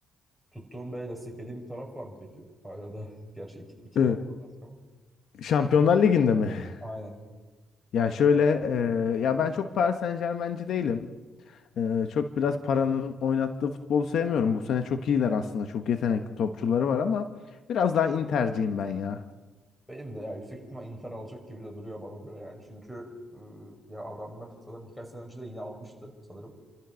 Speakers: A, in the centre; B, on the left (about 70°).
A: Tuttuğun böyle desteklediğin bir taraf var mı peki? Hala da <laughs> gerçi iki, iki
B: E,
A: taraf kaldı artık ama.
B: Şampiyonlar Ligi'nde mi? <laughs>
A: Aynen.
B: Ya şöyle e, ya ben çok Paris Saint-Germain'ci değilim. E, çok biraz paranın oynattığı futbolu sevmiyorum. Bu sene çok iyiler aslında. Çok yetenekli topçuları var ama biraz daha Inter'ciyim ben ya.
A: Benim de ya yüksek ihtimal Inter alacak gibi de duruyor bana göre yani. Çünkü e, ya adamlar zaten birkaç sene önce de yine almıştı sanırım.